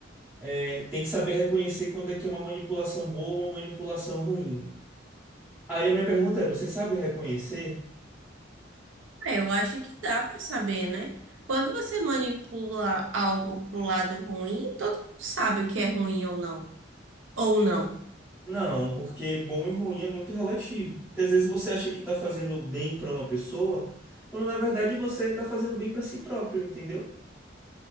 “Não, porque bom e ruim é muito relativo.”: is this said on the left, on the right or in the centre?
Centre